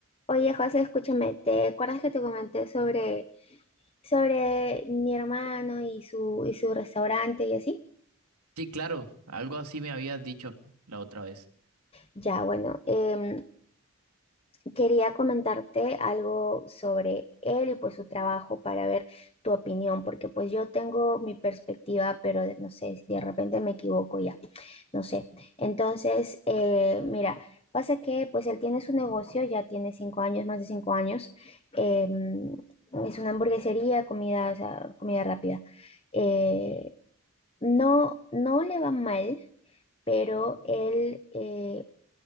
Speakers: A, on the left; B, on the right.
A: Oye, José, escúchame, ¿te acuerdas que te comenté sobre, sobre mi hermano y su, y su restaurante y así?
B: Sí, claro, algo así me habías dicho la otra vez.
A: Ya, bueno, em, quería comentarte algo sobre él y pues su trabajo para ver tu opinión, porque pues yo tengo mi perspectiva, pero de- no sé, de repente me equivoco ya. no sé. Entonces, eh, mira, pasa que pues él tiene su negocio, ya tiene cinco años, más de cinco años. eh, es una hamburguesería, comida, o sea, comida rápida. Eh, no, no le va mal, pero él eh,